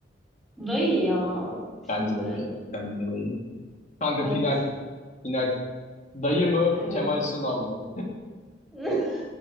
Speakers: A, in the centre; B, on the left.
A: dayı ya şimdi.
B: Bence de dayı. Bence de dayı. Kanka
A: Evet.
B: final. Final. Dayı mı
A: Evet.
B: Kemal Sunal mı?
A: <laughs>